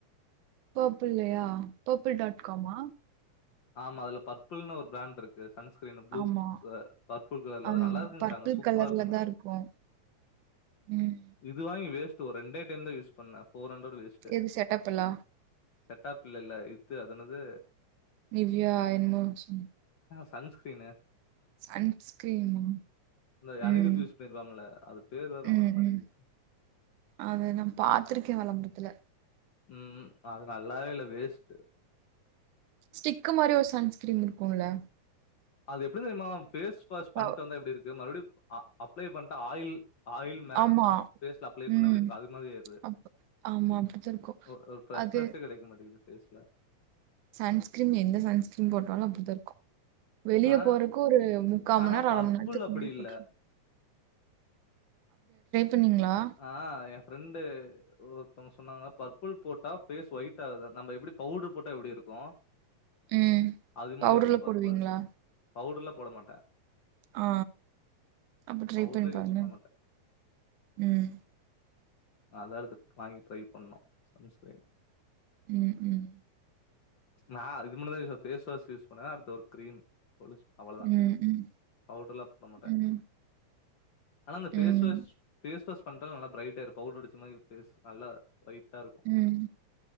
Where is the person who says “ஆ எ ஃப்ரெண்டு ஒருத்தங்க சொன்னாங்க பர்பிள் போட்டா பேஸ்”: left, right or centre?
Left